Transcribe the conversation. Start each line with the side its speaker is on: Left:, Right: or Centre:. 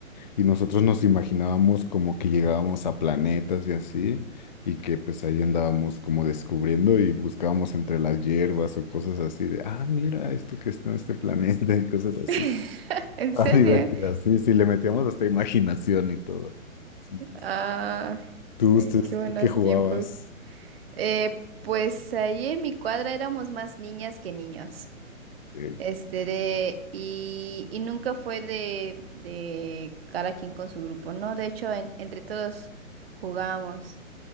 Left: y nosotros nos imaginábamos como que llegábamos a planetas y así, y que pues ahí andábamos como descubriendo y buscábamos entre las hierbas o cosas así de, ah, mira esto que está en este planeta y cosas así.
Right: <laughs> ¿En
Left: Ah,
Right: serio?
Left: divertidas. Sí, sí, le metíamos hasta imaginación y todo. Sí, sí, sí.
Right: Ah,
Left: ¿Tú,
Right: ay,
Left: ustedes,
Right: qué buenos
Left: tú qué jugabas?
Right: tiempos. Eh, pues ahí en mi cuadra éramos más niñas que niños.
Left: Eh,
Right: Este de, y, y nunca fue de, de cada quien con su grupo, ¿no? De hecho, en- entre todos jugábamos.